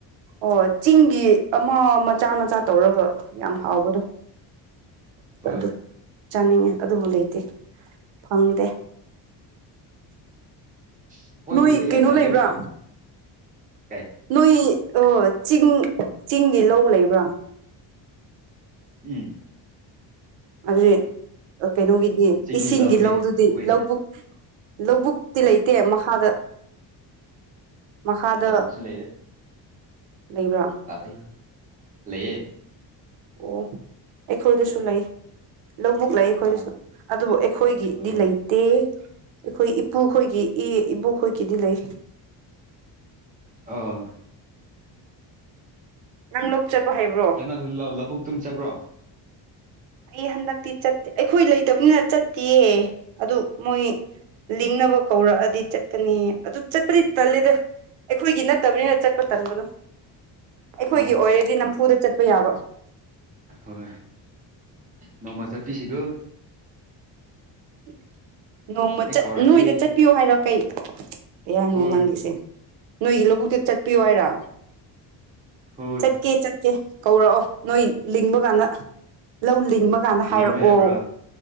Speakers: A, on the right (about 80°); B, on the right (about 20°).
A: ꯑꯣ ꯆꯤꯡꯒꯤ ꯑꯃ ꯃꯆꯥ ꯃꯆꯥ ꯇꯧꯔꯕ꯭ꯔ ꯌꯥꯝ ꯍꯥꯎꯕꯗꯣ
B: ꯍꯣꯏ
A: ꯑꯗꯨ ꯆꯥꯅꯤꯡꯉꯦ ꯑꯗꯨꯕꯨ ꯂꯩꯇꯦ ꯐꯪꯗꯦ
B: ꯑꯩꯈꯣꯏ
A: ꯅꯣꯏ
B: ꯈꯨꯟꯗ
A: ꯀꯩꯅꯣ
B: ꯌꯥꯝ ꯂꯩꯔꯦ
A: ꯂꯩꯕ꯭ꯔꯥ
B: ꯂꯥꯛꯑꯣ ꯀꯩ
A: ꯅꯣꯏ ꯆꯤꯡ ꯆꯤꯡꯒꯤ ꯂꯧ ꯂꯩꯕ꯭ꯔꯥ
B: ꯎꯝ
A: ꯑꯗꯨ ꯀꯩꯅꯣꯒꯤꯗꯤ
B: ꯆꯤꯡꯒꯤ
A: ꯏꯁꯤꯡꯒꯤ
B: ꯂꯧꯅꯤ
A: ꯂꯧꯗꯨꯗꯤ
B: ꯑꯩꯈꯣꯏꯗꯤ
A: ꯂꯧꯕꯨꯛ ꯂꯧꯕꯨꯛꯇꯤ ꯂꯩꯇꯦ ꯃꯈꯥꯗ ꯃꯈꯥꯗ
B: ꯄꯨꯒꯁꯤꯂꯗ
A: ꯂꯩꯕ꯭ꯔꯥ
B: ꯑꯕ ꯂꯩꯌꯦ
A: ꯑꯣ ꯑꯩꯈꯣꯏꯗꯁꯨ ꯂꯩ ꯂꯧꯕꯨꯛ ꯂꯩ ꯑꯩꯈꯣꯏꯗꯁꯨ
B: ꯑ
A: ꯑꯗꯨꯕꯨ ꯑꯩꯈꯣꯏꯒꯤꯗꯤ
B: ꯑ
A: ꯂꯩꯇꯦ ꯗꯦ ꯑꯩꯈꯣꯏ ꯏꯄꯨꯈꯣꯏꯒꯤ ꯏ ꯏꯕꯣꯛꯈꯣꯏꯒꯤꯗꯤ ꯂꯩ
B: ꯑꯣ
A: ꯅꯪ ꯂꯣꯛ ꯆꯠꯄꯣ ꯍꯥꯏꯕ꯭ꯔꯣ
B: ꯂꯑꯣ ꯂꯧꯕꯕꯨꯛꯛꯇꯨꯝ ꯆꯠꯕ꯭ꯔꯣ
A: ꯑꯩ ꯍꯟꯗꯛꯇꯤ ꯆꯠꯇꯦ ꯑꯩꯈꯣꯏ ꯂꯩꯇꯕꯅꯤꯅ ꯆꯠꯇꯦ ꯑꯗꯨ ꯃꯣꯏ ꯂꯤꯡꯅꯕ ꯀꯧꯔꯛꯑꯗꯤ ꯆꯠꯀꯅꯤ ꯑꯗꯨ ꯆꯠꯄꯗꯤ ꯇꯜꯂꯦꯗ ꯑꯩꯈꯣꯏꯒꯤ ꯅꯠꯇꯕꯅꯤꯅ ꯆꯠꯄ ꯇꯟꯕꯗꯣ ꯑꯩꯈꯣꯏꯒꯤ
B: ꯑ
A: ꯑꯣꯏꯔꯗꯤ ꯅꯝꯐꯨꯗ ꯆꯠꯄ ꯌꯥꯕ
B: ꯍꯣꯏ ꯅꯣꯡꯃ ꯆꯠꯄꯤꯁꯤꯒꯣ
A: ꯎ ꯅꯣꯡꯃ
B: ꯑꯩ ꯀꯧꯔꯛꯀꯦ
A: ꯅꯣꯏꯗ ꯆꯠꯄꯤꯌꯣ ꯍꯥꯏꯔꯣ ꯀꯩ ꯀꯩ ꯍꯥꯏꯅꯣ
B: ꯍꯣꯏ
A: ꯅꯪꯒꯤꯁꯦ ꯅꯣꯏꯒꯤ ꯂꯧꯕꯨꯛꯇꯤ ꯆꯠꯄꯤꯌꯨ ꯍꯥꯏꯔ
B: ꯍꯣꯏ
A: ꯆꯠꯀꯦ ꯆꯠꯀꯦ ꯀꯧꯔꯛꯑꯣ ꯅꯣꯏ ꯂꯤꯡꯕ ꯀꯥꯟꯗ ꯂꯧ ꯂꯤꯡꯕ ꯀꯥꯟꯗ ꯍꯥꯏꯔꯛꯑꯣ
B: ꯂꯤꯡꯕ ꯍꯥꯏꯕ꯭ꯔꯣ